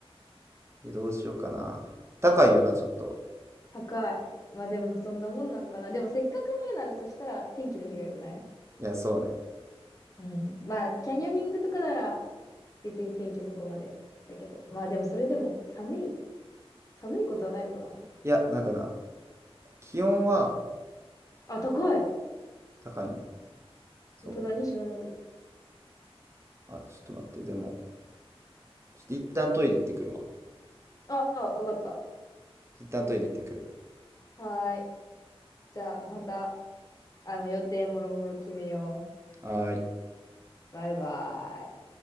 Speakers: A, on the right; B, on the left.
A: いや、どうしようかな。高いよな、ちょっと。
B: 高い。まあでもそんなもんなんかな。でもせっかくやるならそしたら天気の日が良くない
A: いや、そうね。
B: うん。まあキャニオニングとかなら別に天気そこまでだけど。まあでもそれでも寒い寒いことはないのかな
A: いや、なんかな、気温は
B: あ、高い。
A: 高いんよ。そ
B: 本当だ、27度。
A: う。あ、ちょっと待って、でも、ちょっと一旦トイレ行ってくるわ。
B: ああ、わかった。
A: 一旦トイレ行ってくる。
B: はーい。じゃあ、また、あの、予定もろもろ決めよ
A: はーい。
B: う。バイバイ。